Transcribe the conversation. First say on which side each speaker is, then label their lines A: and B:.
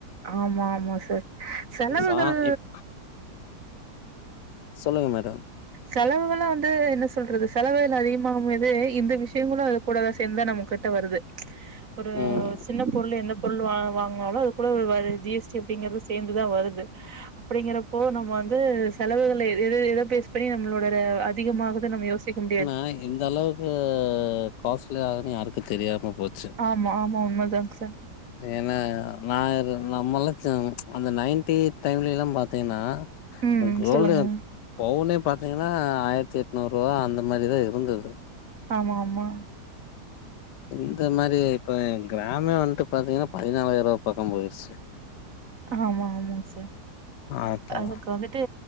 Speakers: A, on the right; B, on the left.
A: ஆமா ஆமா சார் செலவுகள்
B: சா இப் சொல்லுங்க மேடம்
A: செலவுகளா வந்து என்ன சொல்றது செலவுகள் அதிகமாகும்போது இந்த விஷயங்களு அது கூடதா சேந்து நம்மகிட்ட வருது ஒரு
B: ம்
A: சின்ன பொருளு என்ன பொருளு வாங் வாங்கனாலோ அது கூட வ ஜி எஸ் டி அப்டிங்கறது சேந்துதா வருது அப்டிங்கறப்போ நம்மோ வந்து செலவுகள எத எத பேச இப்படியு நம்மளோடத அதிகமாவத நம்ம யோசிக்க முடியாது
B: ஆ இந்த அளவுக் து காஸ்ட்லி ஆகுதுன்னு யாருக்கு தெரியாம போச்சு
A: ஆமா ஆமா உண்மதாங் சார்.
B: ஏன்னா நா நம்மல்லா அந்த நைன்டி டைம்ல எல்லா பாத்தீங்னா,
A: ம்
B: ஒ கோல்லயு
A: சொல்லுங்க
B: பவுனே பாத்தீங்கன்னா ஆயிரத்தி எட்நூரூவா அந்த மாரிதா இருந்துது.
A: ஆமா ஆமா.
B: இந்த மாரி இப்போ கிராம்மே வந்ட்டு பாத்தீங்கன்னா பதினாலாயிரவா பக்கம் போயிருச்சு.
A: ஆமா ஆமாங் சார்.
B: ஆப்பா
A: அதுக்கு வந்துட்டு